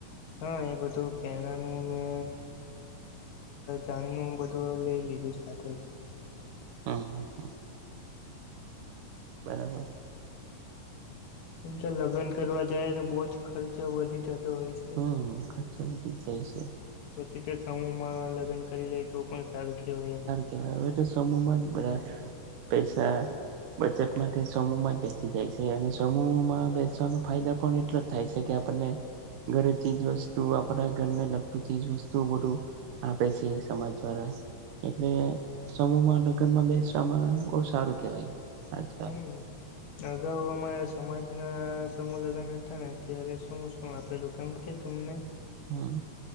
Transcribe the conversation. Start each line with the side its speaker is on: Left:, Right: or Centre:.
Left: હા એ બધું પેણાનું ને જાનનુંું બધું લઈ લીધું સાથે જ
Right: હા હા હા બરાબર
Left: એમ તો લગ્ન કરવા જાય તો બહુ જ ખર્ચો વધી જતો હોય છે.
Right: હમ ખર્ચા વધી જ જાય છે.
Left: પછી તો સમૂહમાં લગ્ન કરી લે તો પણ સારું કહેવાય એમ
Right: કે એ તો સમૂમાં જ બરા પૈસા બચત માટે સમૂહમાં જ બેસી જાય છે, અને સમૂહમાં બેસવાનો ફાયદા પણ એટ થાય છે, કે આપણને ઘરે ચીજ વસ્તુ આપણા ઘરને લગતું ચીજ વસ્તુ બધું આપે છે સમાજ દ્વારા એટલે સમૂહમાં લગ્ન માં બેસવામાં બહુ સારું કેવાય આજકાલ
Left: હમ અગાઉ અમારા સમાજના સમૂહ લગ્ન હતા ને અત્યારે શું શું આપેલું કેમ કે તમને
Right: હા